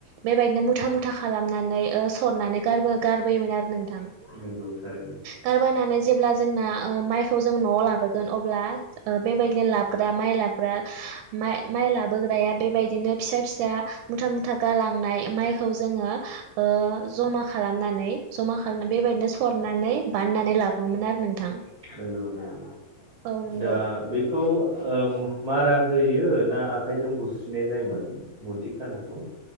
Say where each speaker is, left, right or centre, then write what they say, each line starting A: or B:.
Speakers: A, on the right (about 85°); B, on the right (about 35°).
A: बेबायदिनो मुथा मुथा खालामनानै ओ सरनानै गारबो गारबोयोमोन आरो नोंथां
B: नंगौ थारैनो
A: गारबायायनानै जेब्ला जोंना ओ माइखौ जों न'आव लाबोगोन अब्ला बेबायदिनो लाबोग्रा माइ लाबग्रा माइ लाबोग्राया बेबायदिनो फिसा फिसा मुथा मुथा गालांनाय माइखौ जोङो ओ जमा खालामनानै जमा खालाम बे बेनो सरनानै बनानै लाबोमोन आरो नोंथां
B: नंगौ नंगौ
A: औ नंगौ
B: दा बेखौ ओ मारा होयो ना आखाइजों बुस्रिनाय जायोमोन मुथि खानायखौ